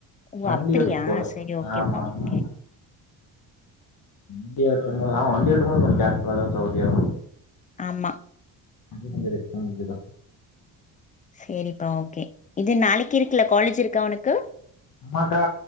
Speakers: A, on the left; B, on the left.
A: ஓ
B: வண்டி
A: அப்டியா
B: ஓட்டிட் போல
A: சரி ஓகேப்பா
B: ஆமாமா
A: ஓகே
B: வண்டி ஓட்றம்போது ஆ வண்டி ஓட்டும்போது கொஞ்சோ கேர்ஃபுல்லா தாக்கா ஓட்டிஆவணு
A: ஆமா
B: வண்டி கொஞ்சோ ரிஸ்க்கானது தா
A: சேரிப்பா ஓகே இது நாளைக்கி இருக்குல்ல காலேஜ் இருக்கா ஒனக்கு
B: ஆமாக்கா